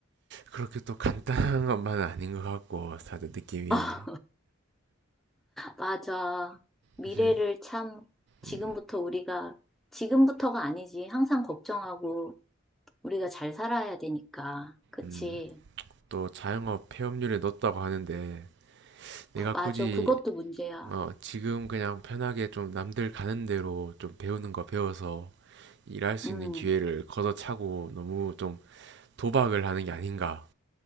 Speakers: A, on the right; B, in the centre.
A: 그렇게 또 간단한 <laughs> 것만은 아닌 것 같고, 다들 느낌이.
B: <laughs> 맞아. 미래를
A: 사실,
B: 참 지금부터
A: 음,
B: 우리가, 지금부터가 아니지. 항상 걱정하고 우리가 잘 살아야 되니까. 그치?
A: 음, 또 자영업 폐업률에 넣었다고 하는데, 내가
B: 어, 맞아.
A: 굳이
B: 그것도 문제야.
A: 어, 지금 그냥 편하게 좀 남들 가는 대로 좀 배우는 거 배워서 일할 수
B: 음.
A: 있는 기회를 걷어차고 너무 좀 도박을 하는 게 아닌가.